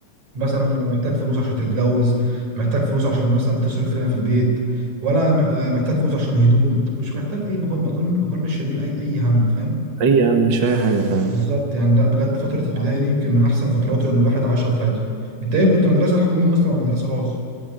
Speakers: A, on the right; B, on the right.
A: مثلا محتاج فلوس عشان تتجوز محتاج فلوس عشان مثلا تصرف هنا في البيت ولا م- آه، محتاج فلوس عشان هدوم مش محتاج اي ما كن- ما كن- ما كناش شايلين اي اي هم فاهم
B: أي يعني مش أي حاجة فعلا
A: بالظبط يعني لا بجد فتره ابتدائي دي يمكن من احسن فترات اللي الواحد عاشها في حياته انت ايه كنت مدرسه حكومي اصلا ولا مدرسه خاص